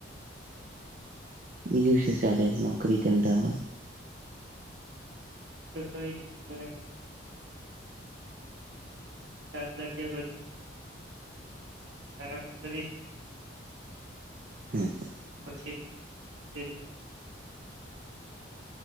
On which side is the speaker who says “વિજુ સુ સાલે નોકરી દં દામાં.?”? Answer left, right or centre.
Right